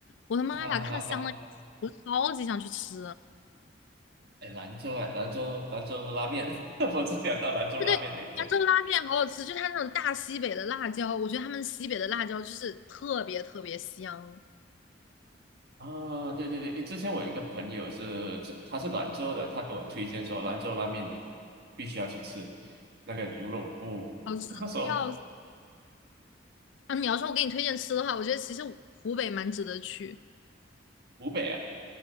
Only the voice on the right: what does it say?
<laughs> 哈哈哈哈！
哎，兰州啊，兰州兰州拉面，<laughs> 我只想到兰州拉面的一些。
啊，对对对，诶之前我有一个朋友是，这他是兰州的，他给我推荐说兰州拉面你必须要去吃那个牛肉不，
<laughs> 他说
湖北啊，